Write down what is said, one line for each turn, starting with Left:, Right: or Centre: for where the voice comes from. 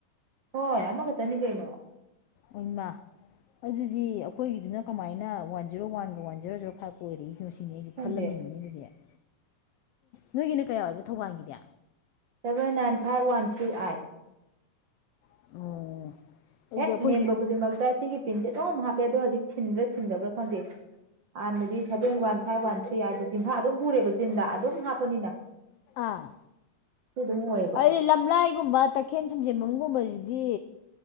Right: ꯍꯣꯏ ꯑꯃꯈꯇꯅꯤ ꯀꯩꯅꫭ
Left: ꯑꯣꯃꯥ ꯑꯗꯨꯗꯤ ꯑꯩꯈꯣꯏꯒꯤꯗꯨꯅ ꯀꯃꯥꯏꯅ ꯋꯥꯟ ꯖꯦꯔꯣ ꯋꯥꯟꯒ ꯋꯥꯟ ꯖꯦꯔꯣ ꯖꯤꯔꯣ ꯐꯥꯏꯚ ꯀꯣꯏꯔꯛꯏꯁꯅꯣ ꯁꯤꯅꯦ ꯑꯩꯁꯤ
Right: ꯈꯪꯗꯦ
Left: ꯐꯜꯂꯝꯃꯤꯅꯤꯅꯦ ꯑꯗꯨꯗꯤ ꯑꯦ ꯅꯣꯏꯒꯤꯅ ꯀꯌꯥ ꯑꯣꯏꯕ ꯊꯧꯕꯥꯜꯒꯤꯗꯤ
Right: seven nine five one three eight
Left: <inaudible> ꯑꯗꯨꯗꯤ
Right: ꯍꯦꯛ
Left: ꯑꯩꯈꯣꯏꯒꯤ
Right: ꯃꯦꯟꯕ ꯈꯨꯗꯤꯡꯃꯛꯇ ꯁꯤꯒꯤ ꯄꯤꯟꯁꯦ ꯑꯗꯨꯝ ꯍꯥꯞꯄꯦ ꯑꯗꯣ ꯍꯧꯖꯤꯛ ꯁꯤꯟꯕ꯭ꯔꯥ ꯁꯤꯟꯗꯕ꯭ꯔꯥ ꯈꯪꯗꯦ ꯍꯥꯟꯅꯗꯤ seven one five one three ꯍꯥꯏꯁꯦ ꯆꯤꯟꯐꯥ ꯑꯗꯨꯝ ꯄꯨꯔꯦꯕ ꯆꯤꯟꯗ ꯑꯗꯨꯝ ꯍꯥꯞꯄꯅꯤꯅ
Left: ꯑꯥ
Right: ꯑꯗꯨ ꯑꯗꯨꯝ ꯑꯣꯏꯌꯦꯕ
Left: ꯑꯩꯗꯤ ꯂꯝꯂꯥꯏꯒꯨꯝꯕ ꯇꯈꯦꯟ ꯁꯝꯖꯦꯟꯕꯝꯒꯨꯝꯕꯁꯤꯗꯤ